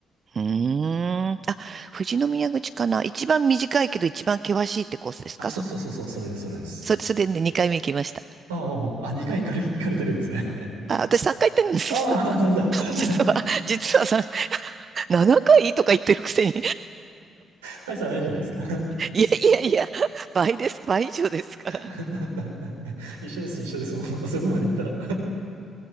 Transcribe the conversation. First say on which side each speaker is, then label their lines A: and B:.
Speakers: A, on the right; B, on the right.
A: うーん。あ、富士宮口かな一番短いけど一番険しいってコースですかそこ。
B: あ、そうそうそうそう、それです、それです。
A: それ、それでね、2回目行きました。
B: ああ、あ、2回行かれ、行かれてるんですね。
A: あ、私3回行ってるんです。
B: ああ、なんだ。<laughs>
A: 実は、実はさ、7回とか言ってるくせに、
B: 大差ないじゃないですか。
A: いやいやいや、倍です、倍以上ですから。
B: <laughs> 一緒です、一緒です、もうそこまで行ったら。